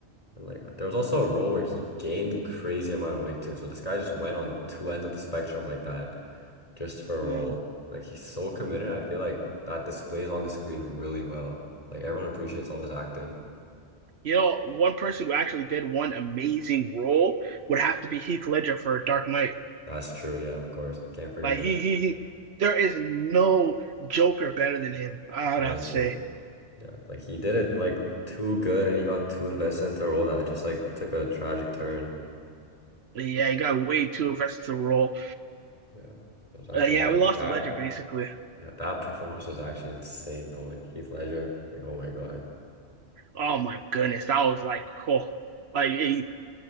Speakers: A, on the left; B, on the right.
A: And like there was also a role where he gained crazy amount of weight too. So this guy just went on two ends of the spectrum like that just for a
B: Mm.
A: role. Like he's so committed. I feel like that displays on the screen really well. Like everyone appreciates all his acting.
B: You know, one person who actually did one amazing role would have to be Heath Ledger for Dark Knight.
A: That's true. Yeah, of course. Can't forget
B: Like
A: him.
B: he, he, he there is no Joker better than him. I
A: Honestly.
B: would have to say. Like,
A: Yeah. Like he did it like too good and he got too invested into a role that just like took a tragic turn.
B: yeah, he got way too versatile role.
A: Yeah. It was actually
B: Uh, yeah,
A: yeah, like
B: we lost
A: that.
B: the Ledger basically.
A: Yeah, that performance was actually insane though. Like Heath Ledger. Like oh my God.
B: Oh my goodness, that was like, oh, like he,